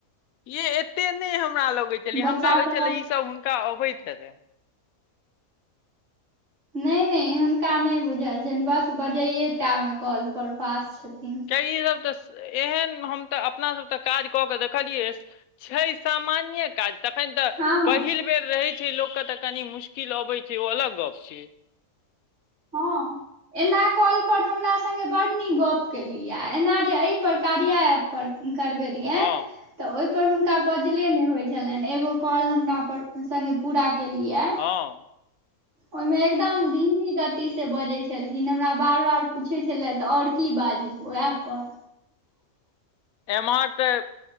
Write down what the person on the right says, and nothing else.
बच्चा
सब
नहि नहि हुनका नहि बुझल छनि बस बजैे टा मे कॉल पर पास छथिन
हँ हँ
हँ एना कॉलपर हमरा संगे बडड़ड नीक गप्प केलियए एना जे एहिपर कार्य पर करबेलियै
तऽ ओहि पर हुनका बजले ने होय छलनि एगो कॉल हमरा पर सग पूरा केलिये
ओहिमे एकदम धीमी गति की से बजै छलखिन हमरा बार बार पूछै छलय तऽ आओर की बाजू ओ ऐप पर